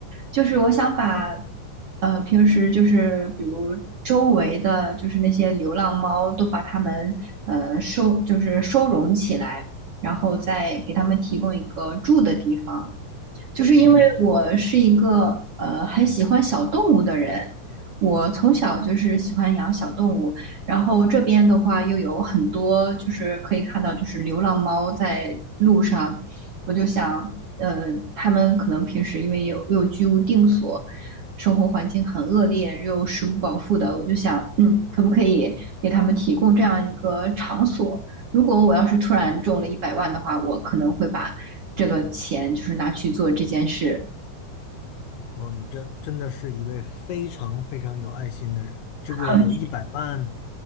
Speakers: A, on the right; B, on the left.
A: 就是我想把，呃，平时就是比如周围的就是那些流浪猫都把它们呃收，就是收容起来，然后再给他们提供一个住的地方。就是因为我是一个呃很喜欢小动物的人，
B: 哦。
A: 我从小就是喜欢养小动物，然后这边的话又有很多就是可以看到就是流浪猫在路上，我就想，呃，他们可能平时因为有有居无定所，生活环境很恶劣，又食不饱腹的，我就想，嗯，可不可以给他们提供这样一个场所？如果我要是突然中了一百万的话，我可能会把这个钱就是拿去做这件事。
B: 哦，你这真的是一位非常非常有爱心的人。这个有一百万，
A: 嗯、<laughs>